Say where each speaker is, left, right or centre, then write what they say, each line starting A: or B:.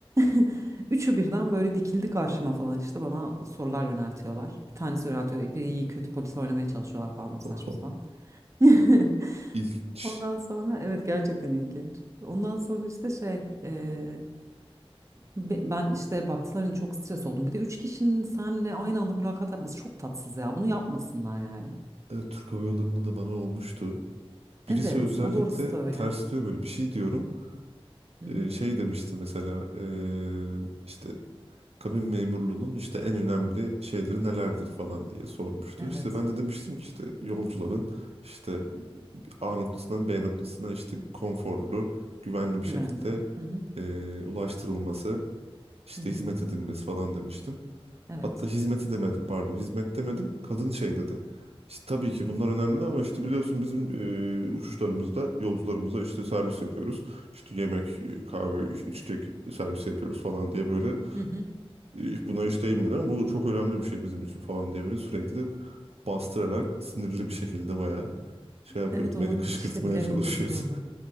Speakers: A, on the right; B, on the right.
A: <laughs> Üçü birden böyle dikildi karşıma falan işte bana sorular yöneltiyorlar. Bir tanesi yöneltiyor. "E, Biri iyi kötü polis oynamaya çalışıyorlar falan böyle saçma
B: <laughs>
A: sapan. <laughs>
B: İlginç.
A: Ondan sonra evet gerçekten ilginç. Ondan sonra işte şey e, be- ben işte baktılar hani çok stres oldum. Bir de üç kişinin seninle aynı anda mülakat yapması çok tatsız ya. Bunu yapmasınlar yani.
B: Evet, Türk Hava Yolları'nda da bana olmuştu. Birisi
A: Evet
B: özellikle
A: o doğrusu da öyle.
B: ters diyor böyle bir şey diyorum.
A: Hı hı.
B: E, şey demişti mesela e, işte kabin memurluğunun işte en önemli şeyleri nelerdir falan diye sormuştu.
A: Evet.
B: İşte ben de demiştim ki işte yolcuların işte A noktasından B noktasına işte konforlu, güvenli bir
A: güven.
B: şekilde
A: Hı hı.
B: e, ulaştırılması, işte
A: Hı hı.
B: hizmet edilmesi falan demiştim.
A: Evet.
B: Hatta hizmeti demedim pardon hizmet demedim kadın şey dedi. İşte tabii ki bunlar önemli ama işte biliyorsun bizim e, uçuşlarımızda yolcularımıza işte servis yapıyoruz. İşte yemek, e, kahve, iç- içecek servisi yapıyoruz falan diye böyle
A: Hı hı.
B: e, buna hiç değinmeden bu çok önemli bir şey bizim için falan diye böyle sürekli bastırarak sinirli bir şekilde bayağı şey yapıyordu.
A: Evet onu
B: Beni kışkırtmaya
A: işte bilerek
B: çalışıyordu.
A: yapıyorlar.
B: <laughs>